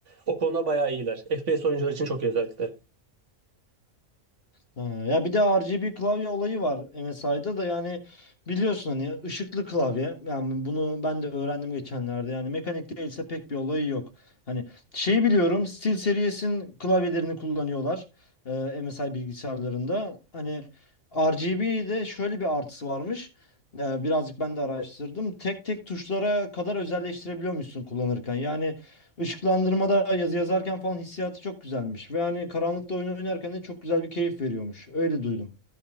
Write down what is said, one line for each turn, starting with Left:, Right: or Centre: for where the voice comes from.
Right: O konuda bayağı iyiler. FPS oyuncular için çok iyi özellikle.
Left: Ha, ya bir de RGB klavye olayı var MSI'da da yani biliyorsun hani ışıklı klavye. Yani bunu ben de öğrendim geçenlerde. Yani mekanik değilse pek bir olayı yok. Hani şey biliyorum SteelSeries'in klavyelerini kullanıyorlar e, MSI bilgisayarlarında. Hani RGB'de şöyle bir artısı varmış. E, birazcık ben de araştırdım. Tek tek tuşlara kadar özelleştirebiliyormuşsun kullanırken. Yani Işıklandırmada yazı yazarken falan hissiyatı çok güzelmiş. Ve hani karanlıkta oyun oynarken de çok güzel bir keyif veriyormuş. Öyle duydum.